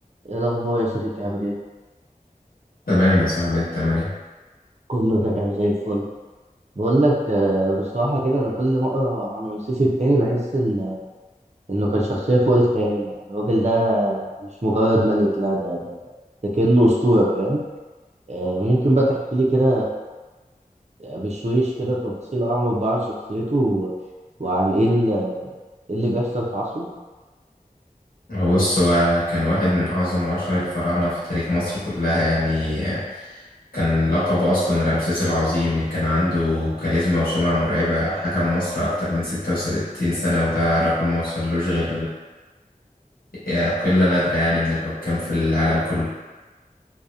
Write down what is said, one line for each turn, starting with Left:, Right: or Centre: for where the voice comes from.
Right: ايه الاخبار يا صديقي عامل ايه
Left: تمام يا صاحبي انت عامل ايه
Right: كله تمام زي الفل بقول لك آه، بصراحه كده انا كل ما اقرا عن رمسيس التاني بحس ان انه كان شخصيه فوق الخيال يعني الراجل ده مش مجرد ملك لا ده ده ده كانه اسطوره فاهم آه، ممكن بقى تحكي لي كده آه، بشويش كده تفاصيل اعمق بقى عن شخصيته و- وعن ايه ال- إيه اللي بيحصل في عصره
Left: هو بص هو كان واحد من اعظم واشهر الفراعنه في تاريخ مصر كلها يعني كان لقبه اصلا رمسيس العظيم كان عنده كاريزما وسمعه مرعبه حكم مصر اكتر من 36 سنه وده رقم ما وصلوش غير آه، قله نادره يعني من الحكام في العالم كله